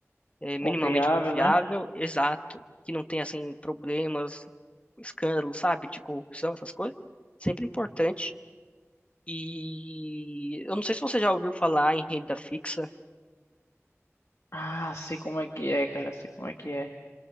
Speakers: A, on the left (about 25°); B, on the left (about 70°).
A: é, minimamente
B: Confiável,
A: confiável,
B: né?
A: exato, que não tenha, assim, problemas, escândalos, sabe, de corrupção, essas coisas. Sempre importante. E eu não sei se você já ouviu falar em renda fixa.
B: Ah, sei como é que é, cara. Sei como é que é.